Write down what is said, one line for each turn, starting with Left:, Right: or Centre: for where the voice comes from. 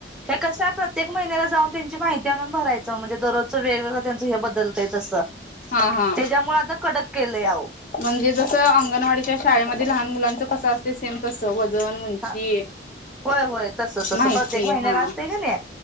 Centre: हे कसं प्रत्येक महिन्याला जाऊन त्यांची माहिती आणून भरायचं, म्हणजे दररोजचं वेगवेगळं त्यांचं हे बदलतय तसं.
Left: हा हा
Centre: त्याच्यामुळे आता कडक केलयं अवो.
Left: म्हणजे जसं अंगणवाडीच्या शाळेमध्ये लहान मुलांचं कसं असत सेम तसं वजन उंची
Centre: हं होय होय तसं तसं,
Left: माहिती
Centre: प्रत्येक महिन्याला
Left: हा
Centre: असते की नाय?